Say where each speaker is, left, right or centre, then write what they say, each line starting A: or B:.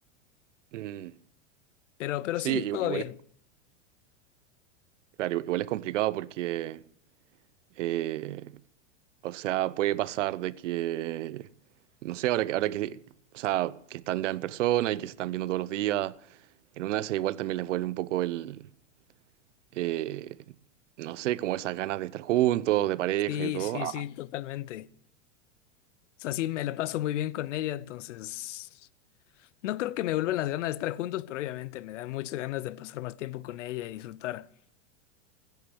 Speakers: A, on the right; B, on the left.
A: Mm,
B: Pero, pero
A: sí,
B: sí,
A: i-
B: todo
A: igual
B: bien.
A: es, claro, igual es complicado porque, eh, o sea, puede pasar de que, no sé, ahora que, ahora que, o sea, que están ya en persona y que se están viendo todos los días, en una de esas igual también les vuelve un poco el eh, no sé, como esas ganas de estar juntos, de pareja
B: Sí,
A: y todo.
B: sí,
A: Ah,
B: sí, totalmente. O sea, sí, me la paso muy bien con ella, entonces. No creo que me vuelvan las ganas de estar juntos, pero obviamente me dan muchas ganas de pasar más tiempo con ella y disfrutar.